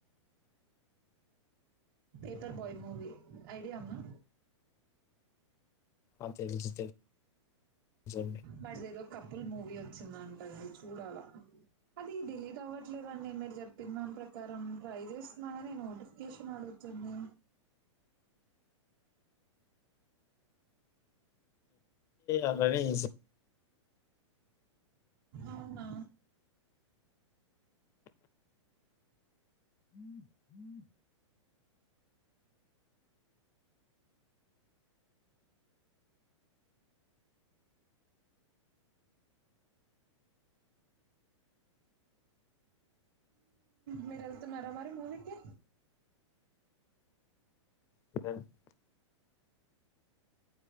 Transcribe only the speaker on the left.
ఆ! తెలుసు తెలుసండి.
అలానే చేసా
చేసేదాన్ని.